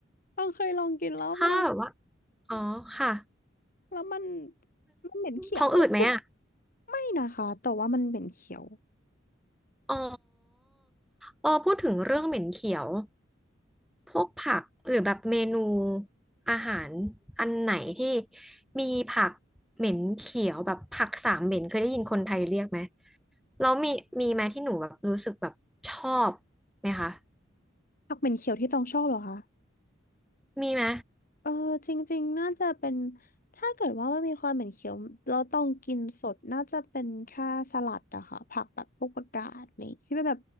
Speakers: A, on the left; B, in the centre.
A: ต้องเคยลองกินรอบนึง
B: ถ้าแบบว่าอ๋อค่ะ
A: แล้วมันมันเหม็นเขียว
B: ท้องอืดไหมอ่ะ
A: <laughs> ไม่นะคะแต่ว่ามันเหม็นเขียว
B: อ๋อเออพูดถึงเรื่องเหม็นเขียวพวกผักหรือแบบเมนูอาหารอันไหนที่มีผักเหม็นเขียวแบบผักสามเหม็นเคยได้ยินคนไทยเรียกไหมแล้วมีมีไหมที่หนูแบบรู้สึกแบบชอบไหมคะ
A: ผักเหม็นเขียวที่ต้องชอบเหรอคะ
B: มีไหม
A: เออจริงๆน่าจะเป็นถ้าเกิดว่ามันมีความเหม็นเขียวเราต้องกินสดน่าจะเป็นแค่สลัดอะค่ะผักแบบพวกผักกาดนี่ที่เป็นแบบ